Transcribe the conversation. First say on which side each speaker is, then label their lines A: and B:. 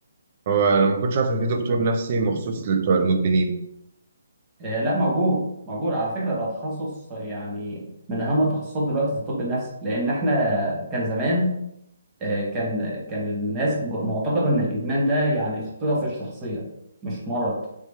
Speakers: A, on the right (about 40°); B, on the right (about 20°).
A: هو انا ما كنتش عارف ان في دكتور نفسي مخصوص لبتوع المدمنين
B: آه، لا موجود موجود على فكرة ده تخصص يعني من أهم التخصصات دلوقتي في الطب النفسي لأن إحنا كان زمان آه، كان كان الناس معتقدة إن الإدمان ده يعني خطيئة في الشخصية مش مرض